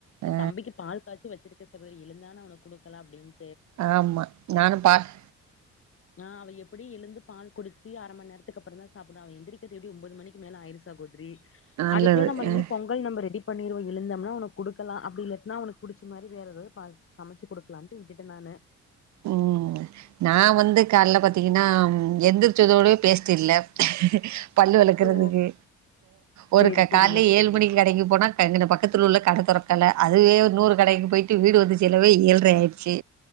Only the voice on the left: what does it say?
தம்பிக்கு பால் காய்ச்சு வச்சிரு சகோதரி எழுந்தான் அவனை கொடுக்கலாம்ப்படின்னு
ஆஹ் அவை எப்படி எழுந்து பால் குடிச்சு அரை மணி நேரத்துக்கு அப்புறம் தான் அப்ப அவன் எந்திரிக்க எடி ஒன்பது மணிக்கு மேல ஆயிருசா கோடரி
அதுக்குள்ள நம்ம
பொங்கல் நம்ம ரெடி பண்ணீர்வ எழுந்தோம்னா அவனக்கு குடுக்கலாம் அப்படி இலேட்டுனா அவனக்கு புடிச்ச மாதி வேற ஏதது சமைச்சு குடுக்கலாம்னுட்டு விட்டு நானு
சோ
சேரி சேரிங்க
சகோதரி